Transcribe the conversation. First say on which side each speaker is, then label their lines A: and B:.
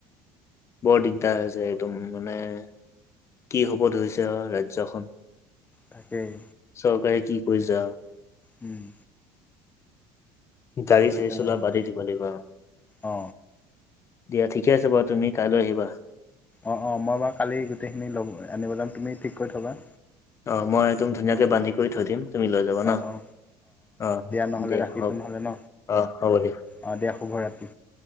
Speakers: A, on the left; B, on the left.
A: বৰ দিগদাৰ হৈছে, একদম মানে কি হ'ব ধৰিছে আৰু ৰাজ্যখন।
B: থাকেই।
A: চৰকাৰে কি কৰি যা।
B: হুম।
A: গাড়ি
B: ধৰিছে
A: চাৰি চলোৱা
B: নাজানো
A: বাদেই দিব লাগিব আও।
B: অ
A: দিয়া ঠিকে আছে বাৰু, তুমি কাইলৈ আহিবা।
B: অঁ অঁ মই বাৰু কালি গোটেইখিনি ল'ব আনিব যাম, তুমি ঠিক কৰি থ'বা।
A: অ' মই একদম ধুনীয়াকে বান্ধি কৰি থৈ দিম, তুমি লৈ যাবা
B: অ
A: ন'।
B: অ
A: অ'
B: নহ'লে
A: দিয়া
B: ৰাখিছোঁ
A: হক,
B: নহ'লে ন
A: অহ হ'ব দিয়া।
B: অ দিয়া শুভৰাত্ৰি